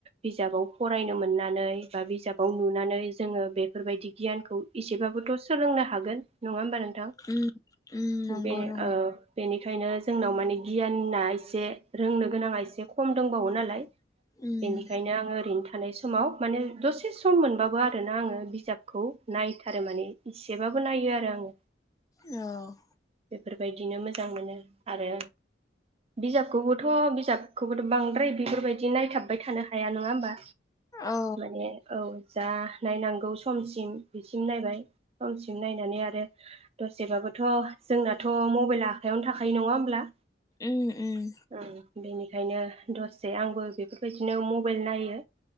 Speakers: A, on the right (about 35°); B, on the left (about 20°).
A: बिजाबाव फरायनो मोननानै बा बिजाबाव नुनानै जोङो बेफोरबायदि गियानखौ एसेबाबोथ' सोलोंनो हागोन नङा होमबा नोंथां
B: उम नंगौ
A: बे
B: नंगौ
A: ओ बे बेनिखायनो जोंनाव माने गियाना एसे रोंनो गोनाङा एसे खम दंबावो नालाय
B: उम
A: बेनिखायनो आङो ओरैनो थाखाय थानाय समाव माने दसे सम मोनबाबो आरोना आङो बिजाबखौ नायथारो माने इसेबाबो नायो आरो आङो
B: औ
A: बेफोरबायदिनो मोजां मोनो आरो बिजाबखौबोथ' बिजाबखौबोथ' बांद्राय बेफोरबायदि नायथाबबाय थानो हाया नङा होमबा
B: औ
A: माने औ जा नायनांगौ समसिम बिसिम नायबाय समसिम नायनानै आरो दसेबाबो थ' जोंनाथ' मबाइल आखायावनो थाखायो नङा होमब्ला
B: उम उम
A: ओं बेनिखायनो दसे आंबो बेफोरबायदिनो मबाइल नायो